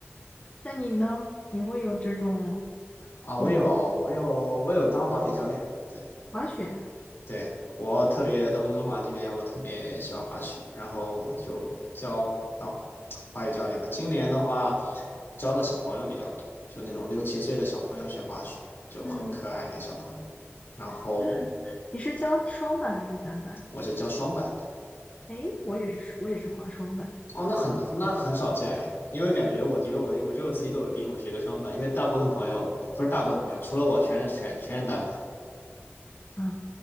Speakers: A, on the left; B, on the left.
A: 那你呢？你会有这种
B: 啊，我有，
A: 嗯
B: 我有，我有当滑雪教练。对，
A: 滑雪？
B: 对，我特别在温哥华这边，我特别喜欢滑雪，然后就教当滑雪教练嘛。今年的话，教的小朋友比较多，就那种六七岁的小朋友学滑雪，就很可爱那小朋友。
A: 嗯，
B: 然后
A: <laughs> 你是教双板还是单板？
B: 我是教双板的。
A: 哎，我也是，我也是滑双板
B: 哦，那很那很少见哎，因为感觉我觉得我我觉得我自己都有病，我学个双板，因为大部分朋友不是大部分朋友，除了我全是全全是单板。
A: 啊，